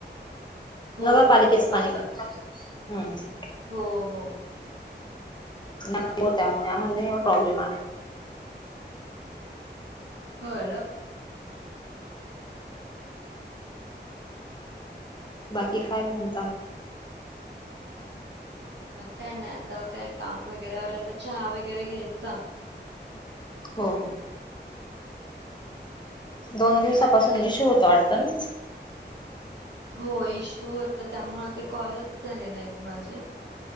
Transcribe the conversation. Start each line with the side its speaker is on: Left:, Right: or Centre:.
Right: हो
Left: नगरपालिकेचं
Right: नगरपालिकेचा
Left: पाणी का तुम्हाला हम्म
Right: हो हो.
Left: नाही हो त्यामुळे आमला नाही एवढा प्रॉब्लेम आला.
Right: हो ना.
Left: बाकी काय म्हणता?
Right: म काय नाय आता काय काम वगैरेला आवराला तर चहा वगैरे घ्यायचा.
Left: हो हो. दोन दिवसापासून इशू होता वाटता न.
Right: हो इशू होता त्यामुळे ते कॉलच झाले नाहीत माझे